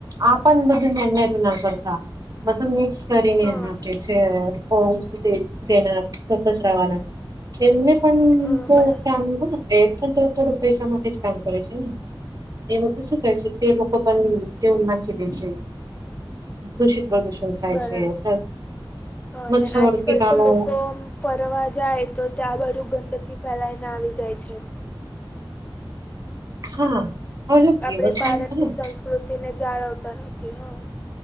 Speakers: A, on the right; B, on the left.
A: આપન બધું <unintelligible> ના કરતા બધું એ કરીને
B: હા
A: આપે છે કોણ દેના ફક જ રવાના. એમને પણ
B: હા
A: તો
B: બરા
A: કામ હોય એ પણ તો થોડુંકા થોડુંકા પૈસા માટે જ કામ કરે છેને. એમાં તો શું કહેવાય છે તે લોકો પણ તેવું નાખી દે છે. દૂષિત પ્રદુષણ થાય
B: બરાબર
A: છે હ
B: અને
A: મચ્છર
B: આજકાલ
A: કીટાણુ
B: તો લોકો આમ ફરવા જાય તો ત્યાં બધું ગંદકી ફેલાયને આવી જાય છે.
A: હા. હવે
B: આપણે
A: જો દેવસ્થાન
B: ભારતની
A: પણ
B: સંસ્કૃતિને જાળવતા નથી હા.